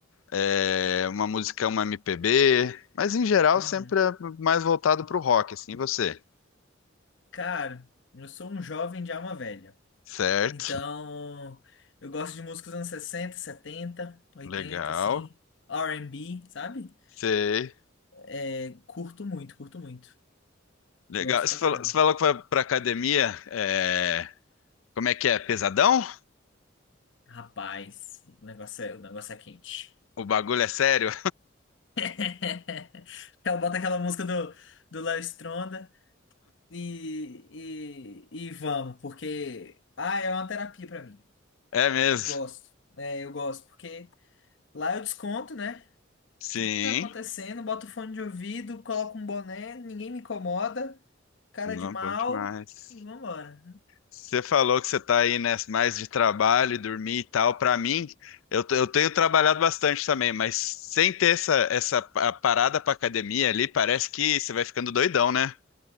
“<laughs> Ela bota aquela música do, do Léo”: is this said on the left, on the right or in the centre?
Left